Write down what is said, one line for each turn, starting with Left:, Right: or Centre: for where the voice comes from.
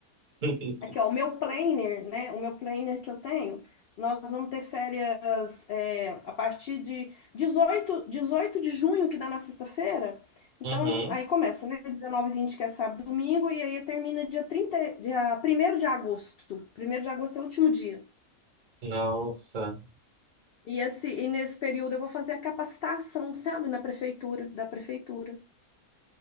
Right: <laughs>
Left: Aqui, ó, o meu planner, né? O meu planner que eu tenho, nós vamos ter férias é, a partir de 18 18 de junho, que dá na sexta-feira. Então,
Right: Uhum.
Left: aí começa, né? 19 e 20, que é sábado e domingo, e aí termina dia 30, dia primeiro de agosto. Primeiro de agosto é o último dia.
Right: Nossa.
Left: E, esse, e nesse período eu vou fazer a capacitação, sabe? Na prefeitura, da prefeitura.